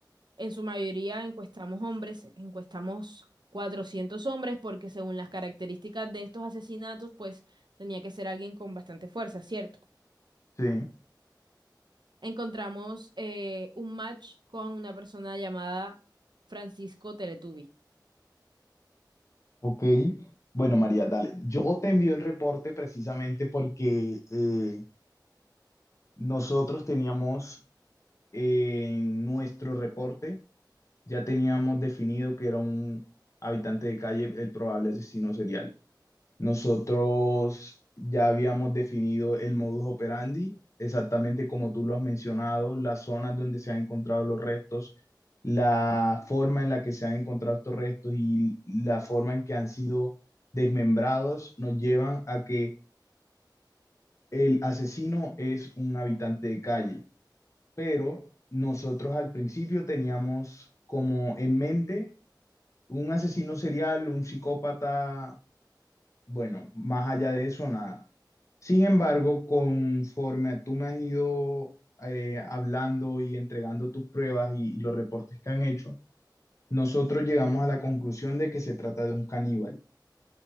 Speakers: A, on the right; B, on the left.
A: en su mayoría encuestamos hombres, encuestamos 400 hombres porque según las características de estos asesinatos, pues tenía que ser alguien con bastante fuerza, ¿cierto?
B: Sí,
A: Encontramos eh, un match con una persona llamada Francisco Teletubi.
B: ok. Bueno, María, dale. Yo te envío el reporte precisamente porque eh, nosotros teníamos eh, en nuestro reporte, ya teníamos definido que era un habitante de calle el probable asesino serial. Nosotros ya habíamos definido el modus operandi, exactamente como tú lo has mencionado, las zonas donde se han encontrado los restos, la forma en la que se han encontrado estos restos y la forma en que han sido desmembrados nos llevan a que el asesino es un habitante de calle. Pero nosotros al principio teníamos como en mente un asesino serial, un psicópata, bueno, más allá de eso, nada. Sin embargo, conforme tú me has ido eh, hablando y entregando tus pruebas y, y los reportes que han hecho, nosotros llegamos a la conclusión de que se trata de un caníbal.